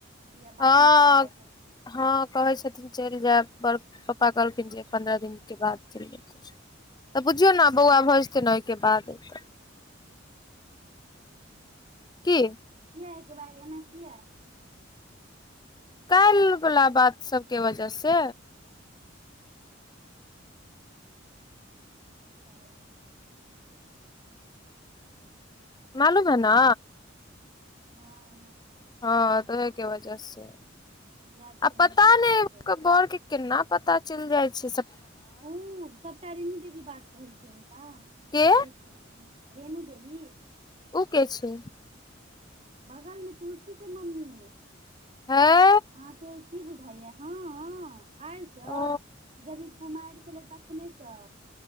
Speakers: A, on the right; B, on the left.
A: हैया बाहरमे
B: हँ
A: छथिन बैठल।
B: हँ कहै छथिन चलि जैब, पर पप्पा कहलखिन जे पन्द्रह दिनक के बाद। तऽ बुझियौ ने बौआ भऽ जेतै ने ओहिके बाद तऽ
A: <inaudible>
B: की
A: किया एक बैग एना कियै।
B: काइल बला
A: हिनकर
B: बात सबके वजह से।
A: अच्छा
B: मालूम हैं न
A: हँ
B: हँ कहै के वजह से।
A: जाए दियौ
B: आ पता
A: नहि कोनो बात
B: ओकर
A: हेतै।
B: बड़ के केना पता चलि जाइ छै स
A: उं सबटा रेणु देवी बात कहै छय हुनका बुझै
B: के
A: छियै सन हम रेणु देवी
B: उ के छै।
A: बगल में तुलसी के मम्मी।
B: हैं
A: अहाँके उ की बुझाइयै हँऽ। आइसँ जब
B: ओ
A: जब इ कुमारि छलै तखनेसँ।